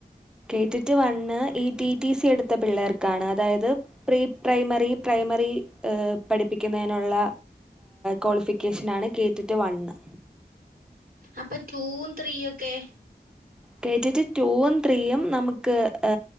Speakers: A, in the centre; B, on the right (about 60°).
A: കേട്ടിട്ട് വണ്ണ് ഈടി ടി സി എടുത്ത പിള്ളേർക്കാണ് അതായത് പ്രീ പ്രൈമറി പ്രൈമ പ്രൈമറി പഠിപ്പിക്കുന്നേനുള്ള ക്വാളിഫിക്കേഷനണ് കേറ്റിട്ട വണ്
B: അപ്പൊ ടൂവും ത്രീയൊക്കെ
A: കേട്ടിട്ട് ടുവും ത്രീയും നമുക്ക് ആ